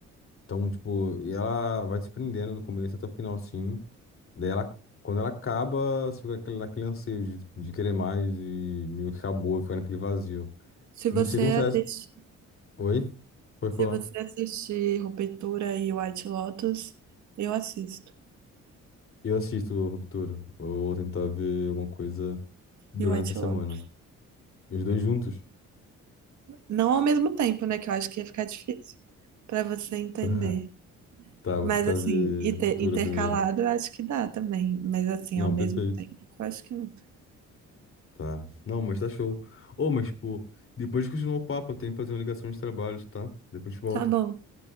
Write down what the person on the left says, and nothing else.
Então, tipo, e ela vai te prendendo do começo até o final, assim. Daí ela, quando ela acaba, você fica aquele- naquele anseio de, de querer mais e meio que acabou e fica naquele vazio.
Não sei como sai.
Oi? pode
falar.
Eu assisto Ruptura. Eu vou tentar ver alguma coisa durante
a semana.
Os dois juntos?
Tá. Tá, vou
tentar
ver
Ruptura
primeiro.
Não,
perfeito.
Tá. Não, mas tá show. Ô, mas, tipo, depois de continuar o papo, eu tenho que fazer uma ligação de trabalhos, tá? Depois a gente volta.